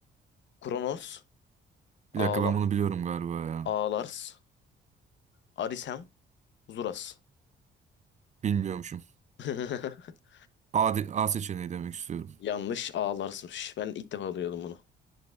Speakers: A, on the left (about 65°); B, on the right (about 35°).
A: Kronos, Ağla,
B: Bir dakika ben bunu biliyorum galiba ya.
A: Ağlars, Arisem, Zuras.
B: Bilmiyormuşum.
A: <laughs>
B: A, de- A seçeneği demek istiyorum.
A: Yanlış, Ağlars'mış. Ben ilk defa duyuyordum bunu.